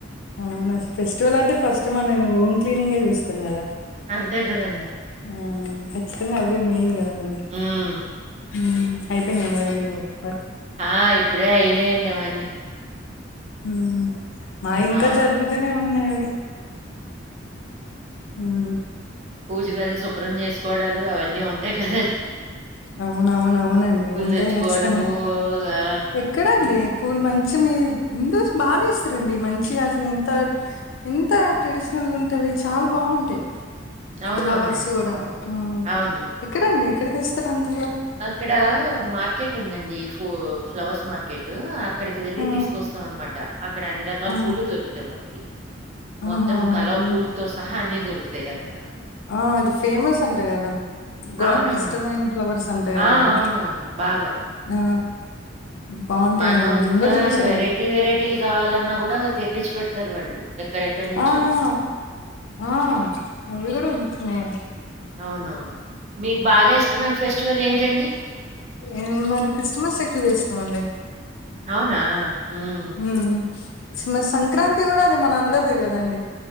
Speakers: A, on the left (about 75°); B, on the right (about 35°).
A: అవును అస ఫెస్టివల్ అంటే ఫస్ట్ మనం హోమ్ క్లీనింగే చూస్తాం కదా.
B: అంతే కదండి.
A: ఆ ఖచ్చితంగా అవే మెయిన్ కదా మనకి.
B: హ్మ్.
A: మ్ అయిపోయినయా మరి మీ వర్క్
B: ఆ ఇప్పుడే అయినయండి అవన్నీ.
A: హు మావి ఇంకా
B: ఆ!
A: జరుగుతూనే ఉన్నాయి అవి హుమ్
B: పూజగది శుభ్రం చేసుకోవడాలు అవన్నీ ఉంటాయి కదండి
A: అవునవున అవునండి ఉంటాయి
B: దెచ్చుకోవడము
A: ఖచ్చితంగా
B: ఆ!
A: ఎక్కడండి పూలు మంచి మీ హింద్సు బాగా చేస్తారండి మంచిగా అసలు ఎంత ఎంత ట్రెడిషనల్ గుంటావి చాలా బాగుంటాయి.
B: అవునవునండి.
A: ఫ్లవర్స్ కూడా ఆ
B: అవును.
A: ఎక్కడండి ఎక్కడ తెస్తారు అంతా
B: అక్కడ మార్కెట్ ఉందండి ఫూ ఫ్లవర్స్ మార్కెట్ అక్కడికి వెళ్ళి
A: ఆ!
B: తీసుకొస్తాం అన్నమాట అక్కడ అన్ని రకాల
A: ఆ!
B: పూలు దొరుకుతాయి మనకి మొత్తం
A: ఆహా!
B: కలవ
A: హ్మ్.
B: పూలుతో సహా అన్ని దొరుకుతాయి అక్కడ
A: ఆ అది ఫేమస్ అంటా కదా గాడ్
B: అవునవునవును.
A: కిష్టమైన ఫ్లవర్స్ అంట గదా!
B: ఆ
A: అవి.
B: అవును బాగా
A: ఆ బావుంటాయండి.
B: మనం
A: నేను
B: ఇంకా
A: గూడా చూసా
B: వెరైటీ,
A: అవి.
B: వెరైటీలు కావాలన్నా కూడా తెప్పించి పెడతారు వాళ్ళు ఎక్కడెక్కడి నుంచో.
A: ఆహా ఆ అవి కూడ ఉంటున్నాయి
B: అవునవును మీకు బాగా ఇష్టమైన ఫెస్టివల్ ఏంటండి?
A: మేము మరి క్రిస్మస్ ఎక్కువ చేస్తామండి
B: అవునా? హ్మ్.
A: ఉమ్ మ సంక్రాంతి కూడా అది మన అందరిది కదండి